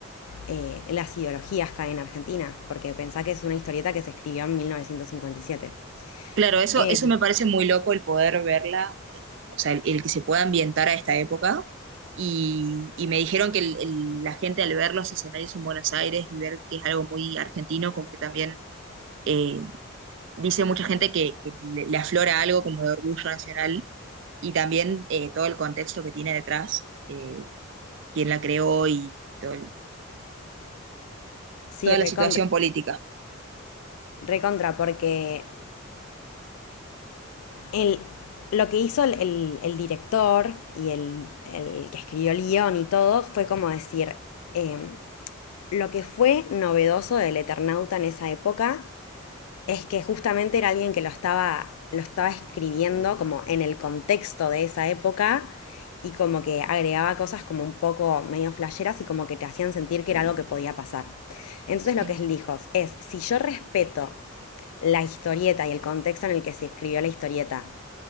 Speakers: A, on the left; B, on the right.
A: eh, las ideologías que hay en Argentina, porque pensá que es una historieta que se escribió en 1957.
B: Claro, eso,
A: Eh,
B: eso me parece muy loco el poder verla, eh, o sea, el, el que se pueda ambientar a esta época. Y, y me dijeron que el- el- la gente al ver los escenarios en Buenos Aires y ver que es algo muy argentino, como que también eh, dice mucha gente que, que le, le aflora algo como de orgullo nacional y también eh, todo el contexto que tiene detrás, eh, quién la creó y todo el-
A: sí,
B: toda
A: recontra,
B: la situación política.
A: recontra, porque el, lo que hizo el, el- el director y el, el que escribió el guión y todo fue como decir, em, lo que fue novedoso del Eternauta en esa época es que justamente era alguien que lo estaba, lo estaba escribiendo como en el contexto de esa época y como que agregaba cosas como un poco medio flasheras y como que te hacían sentir que era algo que podía pasar. Entonces
B: Sí,
A: lo que él dijo es, si yo respeto la historieta y el contexto en el que se escribió la historieta.